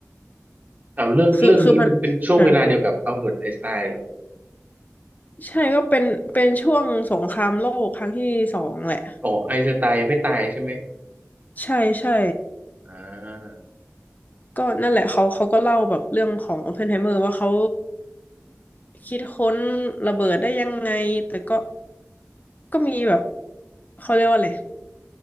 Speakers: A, on the right; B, on the left.
A: เอาเรื่องเรื่องนี้มันเป็นช่วงเวลาเดียวกับอัลเบิร์ตไอน์สไตน์เหรอ
B: คือคือมันฮะ ใช่ก็เป็นเป็นช่วงสงครามโลกครั้งที่สองแหละ
A: อ๋อไอน์สไตน์ไม่ตายใช่ไหม
B: ใช่ใช่
A: อ่า
B: ก็นั่นแหละเขาเขาก็เล่าแบบเรื่องของโอเพนไฮเมอร์ว่าเขาคิดค้นระเบิดได้ยังไงแต่ก็ก็มีแบบเขาเรียกว่าอะไร